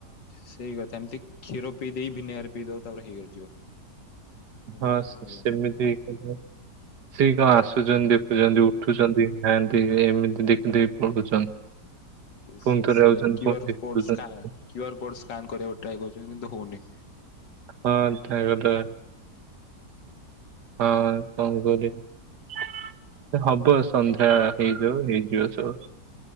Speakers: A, on the left (about 80°); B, on the right (about 70°).
A: ସେଇ କଥା ଏମିତି କ୍ଷୀର ପିଇ ଦେଇ ଭିନେଗାର ପିଇଦେବ ତାପରେ ହେଇଯିବ। ଆଜ୍ଞା
B: ହଁ
A: ଆଜ୍ଞା
B: ସେମିତି ହେଇ, ସେ କଣ ଆସୁଛନ୍ତି ଦେଖୁଛନ୍ତି
A: ଆଜ୍ଞା
B: ଉଠୁ ଦେଖୁଛନ୍ତି, ଖାଆନ୍ତି ଏମିତି ଦେଖ ଦେଇ ପଢୁଛନ୍
A: ସେ
B: ପୁଣି ଥରେ
A: ସେ
B: ଯଉଛନ୍
A: କ୍ୟୁ
B: ପୁଣି
A: ଆର୍
B: ଥରେ
A: କୋଡ୍
B: ପଢ଼ୁଛନ
A: ସ୍କା କ୍ୟୁ ଆର କୋଡ୍ ସ୍କାନ କରିବାକୁ ଟ୍ରାଏ କରଚନ୍ତି କିନ୍ତୁ ହୋଉନି।
B: <unintelligible> ହଁ କଣ
A: ହଁ।
B: କରିବି ହବ ସନ୍ଧ୍ୟା
A: ଆଜ୍ଞା ଆଜ୍ଞା।
B: ହେଇ ଯୋ ହେଇଯିବ ସବୁ